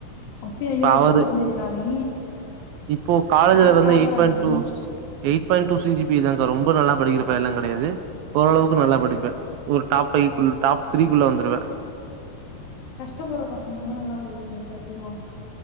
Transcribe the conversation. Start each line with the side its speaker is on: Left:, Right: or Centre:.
Left: அப்டியா
Right: இப்ப
Left: இதுல எத்தன
Right: அவரு
Left: பர்சன்டேஜ்டா நீ
Right: இப்போ காலேஜ்ல
Left: கிளாஸ்
Right: வந்து
Left: டாப்பரா
Right: எயிட் பாயிண்ட்
Left: நீ
Right: two eight point two C G பிதாங்க்கா ரொம்ப நல்லா படிக்கிற பையன்லா கெடையாது ஓரளவுக்கு நல்லா படிப்பே ஒரு டாப்பைவ் குள் டாப் த்ரீ குள்ள வந்துருவே
Left: கஷ்டப்பட்ற பசங்கலா நல்லா படிக்கிறிங்க சத் தியமா